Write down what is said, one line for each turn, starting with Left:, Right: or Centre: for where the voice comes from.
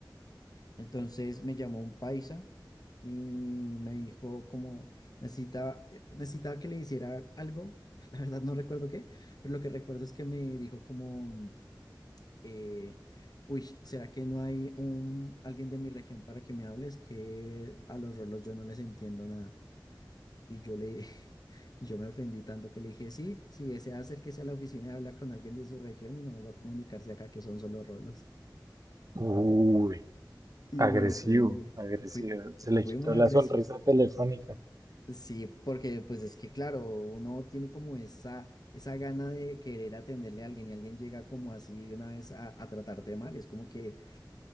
Left: Entonces me llamó un paisa y me dijo como necesitaba, eh, necesitaba que le hiciera algo, <laughs> la verdad no recuerdo qué, pero lo que recuerdo es que me dijo como, eh, uy, ¿será que no hay un, alguien de mi región para que me hables que a los rolos yo no les entiendo nada. Y yo le, <laughs> y yo me ofendí tanto que le dije, sí, si desea acérquese a la oficina y habla con alguien de su región y no vuelva a comunicarse acá que son solo rolos.
Right: Uy,
Left: Y
Right: agresivo,
Left: me ofendí.
Right: agresivo.
Left: Fui,
Right: Se
Left: fui
Right: le quitó
Left: muy agresivo.
Right: la sonrisa telefónica.
Left: Sí, porque pues es que claro, uno tiene como esa, esa gana de querer atenderle a alguien y alguien llega como así de una vez a, a tratarte mal. Es como que